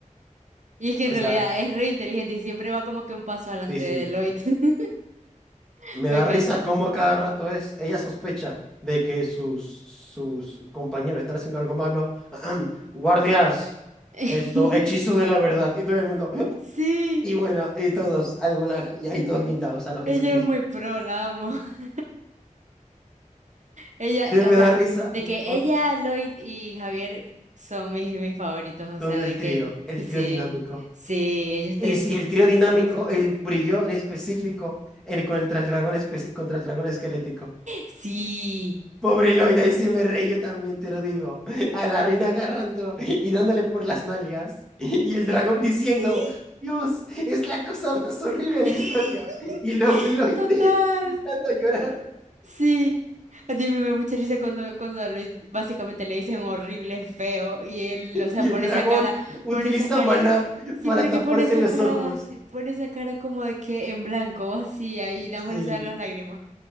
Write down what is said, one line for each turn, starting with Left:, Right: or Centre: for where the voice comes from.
Right: Y es que en
Centre: O
Right: realidad
Centre: sea.
Right: es re inteligente y siempre va como que un paso adelante
Centre: Sí, sí.
Right: de Lloyd. <laughs>
Centre: Me
Right: Me
Centre: da
Right: encanta.
Centre: risa cómo a cada rato es. Ella sospecha de que sus, sus compañeros están haciendo algo malo. <clears throat> Guardias,
Right: <laughs>
Centre: esto, hechizo de la verdad. Y todo el mundo. <laughs> <clears throat>
Right: Sí,
Centre: Y bueno, y todos, al gulag, y ahí todos guindados a lo Jesucristo.
Right: ella es muy pro, la amo. <laughs> Ella,
Centre: Sí, me
Right: o sea,
Centre: da risa.
Right: de que
Centre: o-
Right: ella, Lloyd y Javier son mis, mis favoritos. O
Centre: Con
Right: sea,
Centre: el
Right: de
Centre: trío,
Right: que
Centre: el
Right: sí,
Centre: trío dinámico.
Right: sí, ellos
Centre: Y
Right: tres
Centre: si el trío dinámico
Right: son lo máximo.
Centre: eh, brilló en específico en, con el, tra- el dragón espe- contra el dragón esquelético.
Right: Sí,
Centre: Pobre Lloyd, ahí sí me reí, yo también te lo digo. A la reina agarrándolo y dándole por las nalgas. Y el dragón diciendo,
Right: sí.
Centre: Dios, es la cosa más horrible de
Right: <laughs>
Centre: la historia. Y luego Lloyd
Right: Total.
Centre: <laughs> empezando a llorar.
Right: Sí, a mí me da mucha risa cuando, cuando le- básicamente le dicen horrible, feo, y él, o sea,
Centre: Y
Right: pone
Centre: el dragón
Right: esa cara,
Centre: utiliza
Right: pone esa cara,
Centre: maná
Right: eh, sí,
Centre: para
Right: pero
Centre: taparse
Right: que pone esa
Centre: los
Right: cara
Centre: ojos.
Right: vacía, pone esa cara como de que en blanco, vacía, y nada
Centre: Sí,
Right: más le salen las lágrimas.